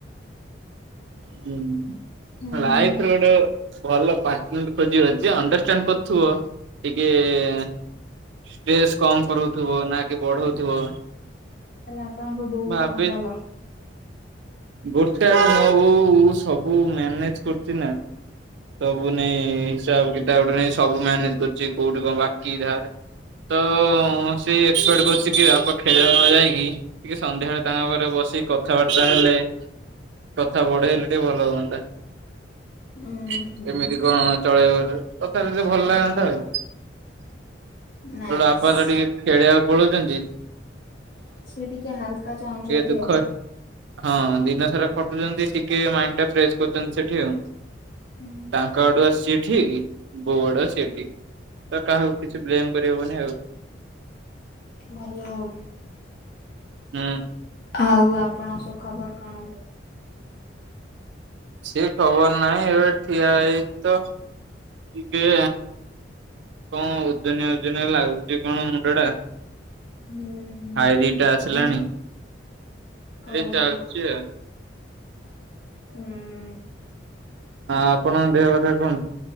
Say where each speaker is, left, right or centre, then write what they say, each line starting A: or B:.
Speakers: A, on the right; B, on the left.
A: ହୁଁ
B: ହୁଁ
A: ଲାଇଫରେ ଗୋଟେ ଭଲ ପାଟନର ଖୋଜିବ ଯିଏ ଅଣ୍ଡରଷ୍ଟାଣ୍ଡ କରୁଥିବ ଟିକେ ଷ୍ଟ୍ରେସ କମ କରଉଥିବ ନା କି ବଢଉଥିବ।
B: ତାହେଲେ ଆପଣଙ୍କ ବୋଉ
A: ଭାବେ
B: କଣ ଭଲ।
A: ଗୋଟେ ଆଡେ ମୋ ବୋଉ ସବୁ ମ୍ୟାନେଜ କରୁଛି ନା। ସବୁ ନେଇ ହିସାବ କିତାବ ଠୁ ନେଇ ସବୁ ମ୍ୟାନେଜ କରୁଛି କୋଉଠି କଣ ବାକି ଧାର ତ ସେ ଏକ୍ସପେଟ କରୁଛି କି ବାପା ଖେଳିବାକୁ ନ ଯାଇକି ଟିକେ ସନ୍ଧ୍ୟାବେଳେ ତାଙ୍କ ପାଖରେ ବସି କଥାବାର୍ତ୍ତା ହେଲେ କଥା ବଢେଇଲେ ଟିକେ ଭଲ ହୁଅନ୍ତା।
B: ଉଁ
A: କେମିତି
B: ହୁଁ
A: କଣ ଚଳେଇବାର କଥା ହେଲେ ଭଲ ଲାଗନ୍ତା ଆଉ।
B: ନାଇସ୍।
A: <unintelligible> ବାପା ତ ଟିକେ ଖେଳିଆକୁ ପଳଉଚନ୍ତି।
B: ସିଏ ଟିକେ ହାଲକା ଚାହୁଁଚନ୍ତି
A: ଦୁଃଖ
B: ଆଉ।
A: ହଁ ଦିନ ସାରା ଖଟୁଚନ୍ତି ଟିକେ ମାଇଣ୍ଡ୍ ଟା ଫ୍ରେସ୍ କରୁଚନ୍ତି ସେଠି ଆଉ।
B: ହୁଁ
A: ତାଙ୍କ ଆଡୁଆ ସିଏ ଠିକ୍ ବୋଉ ଆଡୁଆ ସିଏ ଠିକ୍। ତ କାହାକୁ କିଛି ବ୍ଲେମ୍ କରି ହବନି ଆଉ।
B: ଭଲ ଆଉ।
A: ହୁଁ।
B: ଆଉ ଆପଣଙ୍କ ସବୁ ଖବର କଣ?
A: ସିଏ ଖବର ନାହିଁ ଏବେ ଠିଆ ହେଇଚି ତ ଟିକେ କଣ ଓଜନିଆ ଓଜନିଆ ଲାଗୁଚି କଣ ମୁଣ୍ଡ ଟା।
B: ହୁଁ ହୁଁ
A: ହାଇ ଦିଟା ଆସିଲାଣି ଏଇ
B: ଓହୋ
A: ଚାଲଚି ଆଉ।
B: ହୁଁ।
A: ହଁ ଆପଣଙ୍କ ଦେହ କଥା କୁହନ୍ତୁ।